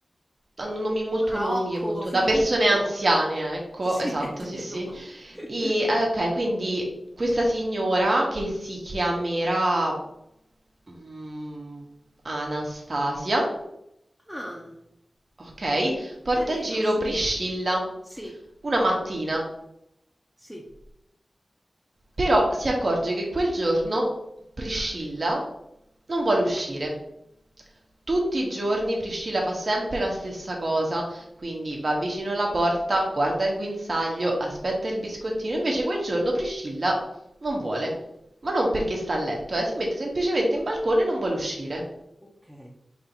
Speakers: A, on the right; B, in the centre.
A: hanno nomi molto
B: Rocco,
A: lunghi e molto
B: Filippo.
A: da persone anziane, ecco,
B: Sì,
A: esatto,
B: è
A: sì,
B: vero.
A: sì.
B: <laughs>
A: E eh, ok, quindi questa signora che si chiamerà mm, Anastasia,
B: Ah,
A: ok, porta
B: carino,
A: in giro
B: sì.
A: Priscilla
B: Sì,
A: una mattina,
B: sì.
A: però si accorge che quel giorno Priscilla non vuole uscire. Tutti i giorni Priscilla fa sempre la stessa cosa, quindi va vicino alla porta, guarda il guinzaglio, aspetta il biscottino, invece quel giorno Priscilla non vuole. Ma non perché sta a letto, eh, si mette semplicemente in balcone e non vuole uscire.
B: Ok.